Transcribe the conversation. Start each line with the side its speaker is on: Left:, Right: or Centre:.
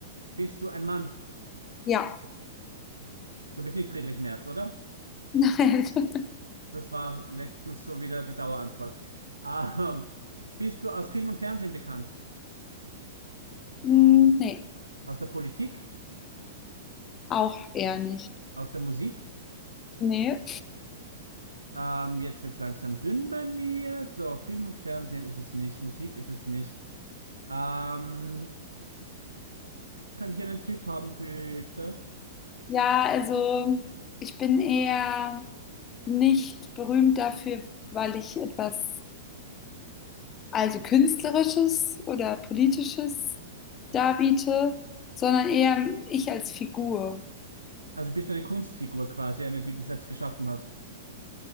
Right: Bist du ein Mann?
Left: ja.
Right: Du bist nicht Friedrich Merz, oder?
Left: Nein. <laughs>
Right: Das war letztens so wieder die Dauerantwort. Ähm, bist du aus Film und Fernsehen bekannt?
Left: Hm, Nee,
Right: Aus der Politik?
Left: auch eher nicht.
Right: Aus der Musik?
Left: Nee.
Right: Ähm, jetzt wird's langsam dünn bei mir. So, Film und Fernsehen ist es nicht, Musik ist es nicht. Ähm, könnte ich einen Tipp haben, bitte?
Left: Ja, also ich bin eher nicht berühmt dafür, weil ich etwas, also Künstlerisches oder Politisches darbiete, sondern eher ich als Figur.
Right: Also bist du eine Kunstfigur quasi, eine, die du selbst geschaffen hast.